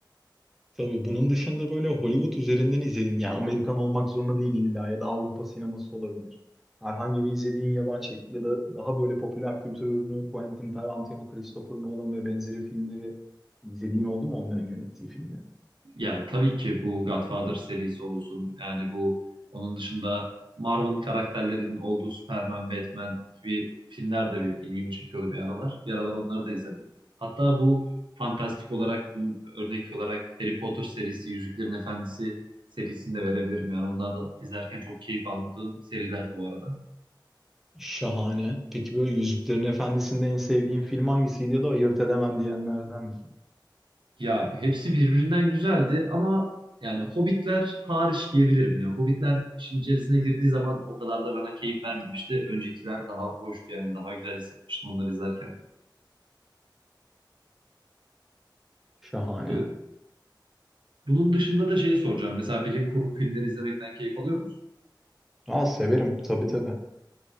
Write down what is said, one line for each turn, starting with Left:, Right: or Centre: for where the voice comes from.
Centre: Tabii bunun dışında böyle Hollywood üzerinden izlediğin, yani Amerikan olmak zorunda değil illa ya da Avrupa sineması olabilir. Herhangi bir izlediğin yabancı şey ya da daha böyle popüler kültür ürünü Quentin Tarantino, Christopher Nolan ve benzeri filmleri izlediğin oldu mu onların yönettiği filmleri?
Right: Ya tabii ki bu Godfather serisi olsun. Yani bu onun dışında Marvel karakterlerinin olduğu Superman, Batman gibi filmler de benim ilgimi çekiyordu bir aralar. Bir aralar onları da izledim. Hatta bu fantastik olarak, bunun örnek olarak Harry Potter serisi, Yüzüklerin Efendisi serisini de verebilirim. Yani onlar da izlerken çok keyif aldığım serilerdi bu arada.
Centre: Şahane. Peki böyle Yüzüklerin Efendisi'nde en sevdiğin film hangisiydi ya da ayırt edemem diyenlerden misin?
Right: Ya hepsi birbirinden güzeldi ama yani Hobbitler hariç diyebilirim ya. Hobbitler işin içerisine girdiği zaman o kadar da bana keyif vermemişti. Öncekiler daha hoştu yani daha güzel hissetmiştim onları izlerken.
Centre: Şahane.
Right: Ee, Bunun dışında da şeyi soracağım. Mesela bilim kurgu filmleri izlemekten keyif alıyor musun?
Centre: Aa severim tabii tabii.